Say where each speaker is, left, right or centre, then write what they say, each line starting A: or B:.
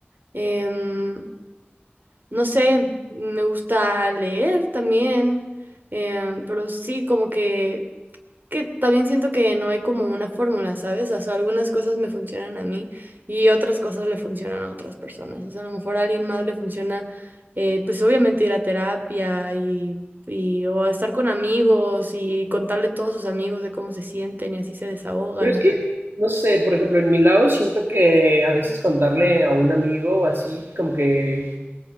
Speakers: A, on the right (about 50°); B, on the right (about 70°).
A: Em, no sé, me gusta leer también, eh, pero sí, como que, que también siento que no hay como una fórmula, ¿sabes? O sea, algunas cosas me funcionan a mí y otras cosas le funcionan a otras personas. O sea, a lo mejor a alguien más le funciona, eh, pues obviamente ir a terapia y, y o a estar con amigos y contarle a todos sus amigos de cómo se sienten y así se desahogan.
B: Pero es
A: y
B: que, no sé, por ejemplo, en mi lado siento que a veces contarle a un amigo o así, como que,